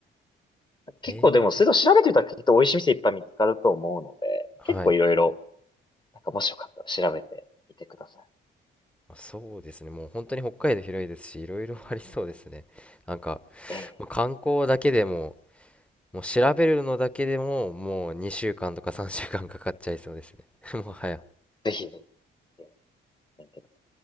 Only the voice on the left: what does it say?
な。結構でも、
それと調べてみたらきっと美味しい店いっぱい見つかると思うので、
結構いろいろ、なんかもしよかったら調べてみてください。
ええ、
ぜひぜひ、ええ見てください。